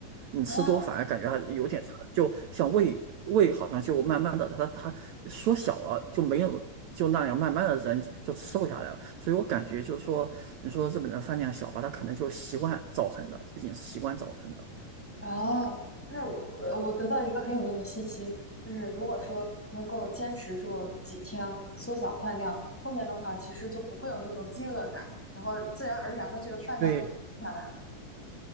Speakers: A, on the right; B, in the centre.
A: 你吃多反而感觉还有点撑就像胃胃好像就慢慢的它它缩小了，
B: 啊，
A: 就没有就那样慢慢的人就瘦下来了。所以我感觉就是说，你说日本人饭量小吧，他可能就习惯造成的，这也是习惯造成的。
B: 哦，就是我我得到一个很有用的信息，就是如果说能够坚持住几天，缩小饭量，后面的话其实就不会有那种饥饿感，然后自然而然的这个饭量就下来了。
A: 对